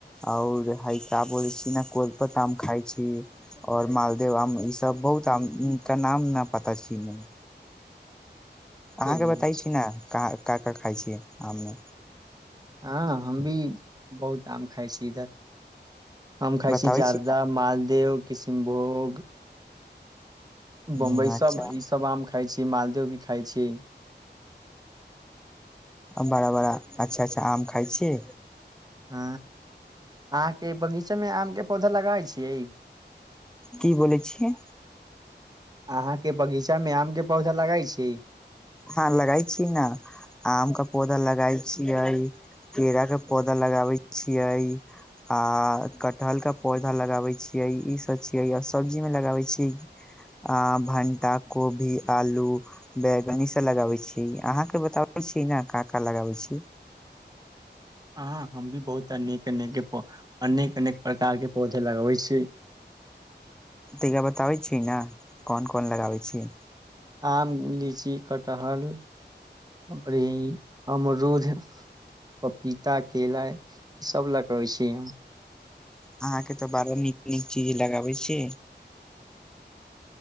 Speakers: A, in the centre; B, on the right.
A: आओर हैका बोलै छीै ने कोलपत आम खाइ छी आओर मालदेव आम इसभ बहुत आमके नाम ने पता छै नहि अहाँके
B: चलिये
A: बताईछी
B: छी
A: ने काँ का का खाइ छी आममे
B: हँ हम भी बहुत आम खाइ छी इधर हम खाइ
A: बताबै
B: छी जारदा
A: न
B: मालदेव किस भोग
A: ह
B: बम्बई सब
A: अच्छा
B: ई सब आम खाइ छी मालद भी खाइ छी
A: बड़ा बड़ा अच्छा अच्छा आम खाइ छि
B: हूं अहाँके बगीचामे आम के पौधा लगाबै छियै
A: की बोलै छिअई
B: अहाँके बगीचा मे आम के पौधा लगाइ छी
A: हँ लगाय छी ने आम के पौधा लगाबै छियै केला के पौधा लगाबै छियै आ कटहल के पौधा लगाबै छियै इ सब चज सब्जी मे लगाबे छी आ भंटा कोभी आलू बैंगन ई सब लगाबे छी अहाँ के बताबै छी ने क का लगाबै छी
B: ह हम भी बहुत अनेक अनेक के पौ अनेक अनेक प्रकारके पौधे लगबै छी
A: तरा बताबै छीियै ने कोन कोन लगाबै छीयै
B: आम लीची कटहल अर हमर रोज पपीता केेला ई सब लगबै छि हम
A: अहाँके तऽ बड़ा नीक नीक चीज लगाबै छी